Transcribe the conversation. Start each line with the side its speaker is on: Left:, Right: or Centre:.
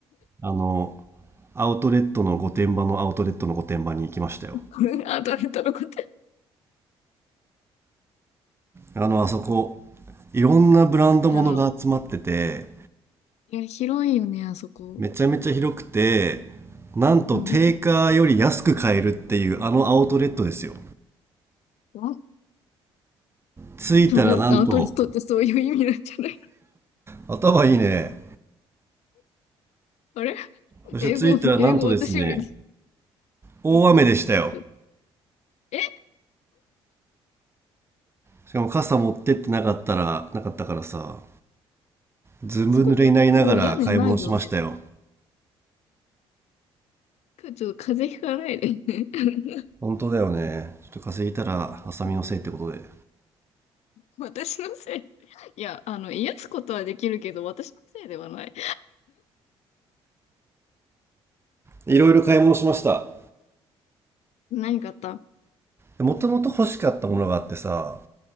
Right: あの、アウトレットの御殿場のアウトレットの御殿場に行きましたよ。
Left: <laughs> あ、どれとのこと。
Right: あの、あそこ、いろんなブランド物が集まってて、
Left: あの、いや、広いよね、あそこ。
Right: めちゃめちゃ広くて、なんと定価より安く買えるっていうあのアウトレットですよ。
Left: うん。あ、
Right: 着いたらなんと、
Left: そこ、アウトレットってそういう意味なんじゃない <laughs>
Right: 頭いいね。
Left: あれ
Right: そして着いたらなんとですね、
Left: 英語、英語私より、
Right: 大雨でしたよ。
Left: うん。何か。え
Right: しかも傘持ってってなかったら、なかったからさ、ずぶ濡れになりながら買い物しましたよ。
Left: あそこ結構屋根ないよね。今日ちょっと風邪ひかないでね。<laughs>
Right: 本当だよね。ちょっと風邪ひいたら、浅見のせいってことで。
Left: うん私のせい。いや、あの、癒すことはできるけど、私のせいではない。
Right: いろいろ買い物しました。
Left: 何かあった
Right: もともと欲しかったものがあってさ、